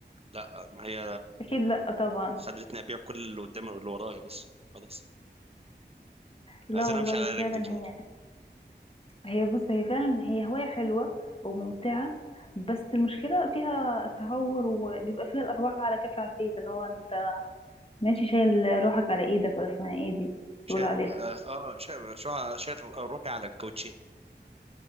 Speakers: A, on the right (about 35°); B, on the left (about 30°).
A: لا ما هي
B: اكيد لا طبعا
A: خلتني ابيع كل اللي قدامي واللي ورايا بس خلاص
B: لا
A: عايز
B: والله
A: انا امشي على
B: فعلا
A: رجلي خلاص
B: هي هي بص هي فعلا هي هوايه حلوه وممتعه بس المشكله فيها تهور وبيبقى فيها الارواح على كف عفيت اللي هو انت ماشي شايل روحك على ايدك ولا اسمها ايه دي
A: شايل
B: بيقولوا عليها
A: روح اه آه، شايل شو- شايل آه، روحي على الكاوتشين